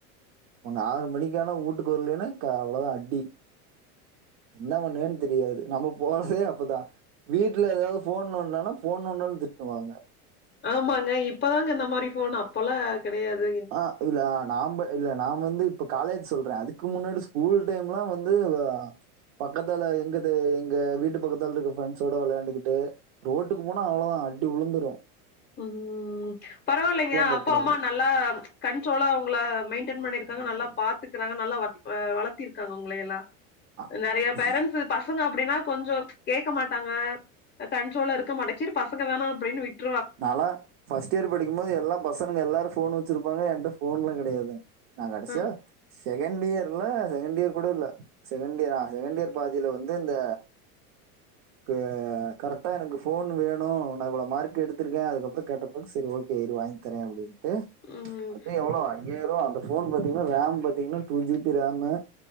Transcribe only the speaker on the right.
அவங்க ஆறு மணிக்கானா ஊட்டுக்கு வர்லின்னா க அவ்ளோதா அடி என்ன பண்ணுவியன் தெரியாது நம்ம போறதே அப்பதா வீட்டுல ஏதாவது ஃபோன் நோன்னன்னா ஃபோன் நோன்னா திட்டுவாங்க
ஆ இல்ல நாம்ப இல்ல நாம் வந்து இப்ப காலேஜ் சொல்றே அதுக்கு முன்னாடி ஸ்கூல் டைம்லா வந்து வா பக்கத்தல எங்கது எங்க வீட்டு பக்கத்தால இருக்க ஃப்ரெண்ட்ஸோட விளைண்டுக்கிட்டு ரோட்டுக்கு போனா அவ்ளோதா அடி உளுந்துரு
போக்கூடாது.
ஆமா,
ஆமா.
அப்படி
நால்லா ஃபஸ்ட் இயர் படிக்கும்போது எல்லா பசங்க எல்லாரு ஃபோன் வச்சிருப்பாங்க என்ட போன்லா கெடையாது நா கடைசியா
செகண்ட் இயர்ல்ல செகண்ட் இயர் கூட இல்ல செகண்ட் இயர் ஆ செகண்ட் இயர் பாதில வந்து இந்த அ கரெக்டா எனக்கு ஃபோன் வேணு நா இவ்வளா மார்க் எடுத் துருக்கே அதுக்கப்புறம் கேட்ட <inaudible> சரி ஓகே இரு வாங் தரே அப்படின்ட்டு
அப்பயு எவ்வளோ ஐஆயிருவா அந்த ஃபோன் பாத்தீங்கன்னா ரேம் பாத்தீங்கன்னா டூ ஜி பி ரேம்மு